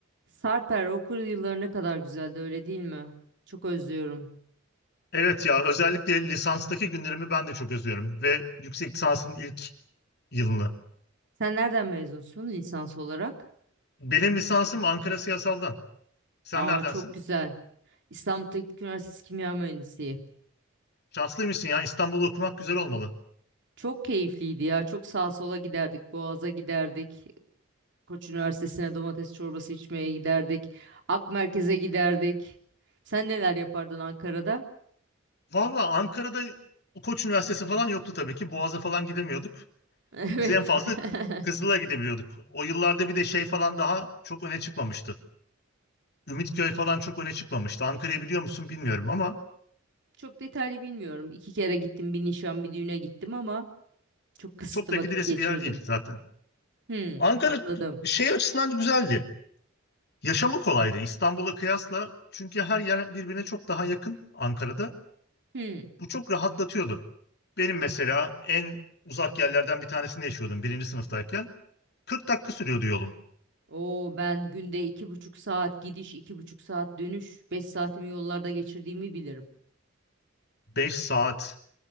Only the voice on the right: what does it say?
Sarper okul yılları ne kadar güzeldi öyle değil mi? Çok özlüyorum.
Sen nereden mezunsun lisans olarak?
Aa
çok güzel. İstanbul Teknik Üniversitesi Kimya Mühendisliği.
Çok keyifliydi ya. Çok sağa sola giderdik. Boğaz'a giderdik. Koç Üniversitesi'ne domates çorbası içmeye giderdik. Ak Merkez'e giderdik. Sen neler yapardın Ankara'da? <laughs>
Evet.
<laughs>
Çok detaylı bilmiyorum. İki kere gittim. Bir nişan, bir düğüne gittim ama çok kısıtlı
vakit
geçirdim.
Hmm,
anladım.
Hmm.
O ben günde iki buçuk saat gidiş, iki buçuk saat dönüş, beş saatimi yollarda geçirdiğimi bilirim.